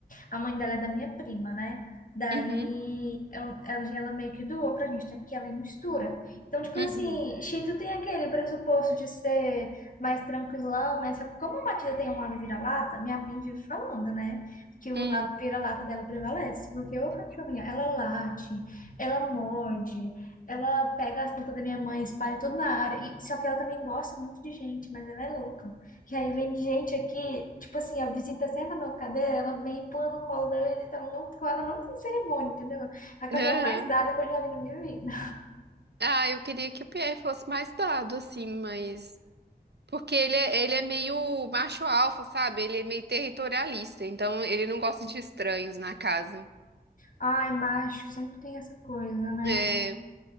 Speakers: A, on the left (about 50°); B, on the right (about 75°).
A: A mãe dela é da minha prima, né? Daí
B: Uhum,
A: eu- ela, ela meio que doou pra gente, até porque ela é mistura. Então, tipo
B: uhum,
A: assim, Cheeto tem aquele pressuposto de ser mais tranquilão, né? Só que como a Matilda tem um lado vira-lata, minha mãe vive falando, né? Que o
B: uhum,
A: lado vira-lata dela prevalece. Porque ô cachorrinha, ela late, ela morde, ela pega as plantas da minha mãe, espalha tudo na área. E, só que ela também gosta muito de gente, mas ela é louca. E aí vem gente aqui, tipo assim, a visita senta na cadeira, ela vem e pula no colo da visita então não, ela não tem cerimônia, entendeu? É a cachorra
B: aham.
A: mais dada que eu já vi na minha vida.
B: Ah, eu queria que o Pierre fosse mais dado, assim, mas... Porque ele é, ele é meio macho alfa, sabe? Ele é meio territorialista, então ele não gosta de estranhos na casa.
A: Ai, macho, sempre tem essa coisa, né?
B: É,